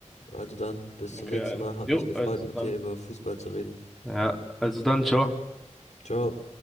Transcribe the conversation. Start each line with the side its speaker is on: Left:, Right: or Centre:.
Left: also dann, bis zum
Centre: Okay,
Left: nächsten
Centre: also,
Left: Mal. Hat
Centre: jo,
Left: mich gefreut,
Centre: also
Left: mit
Centre: dann.
Left: dir über Fußball zu reden.
Centre: Ja, also dann, ciao.
Left: Ciao.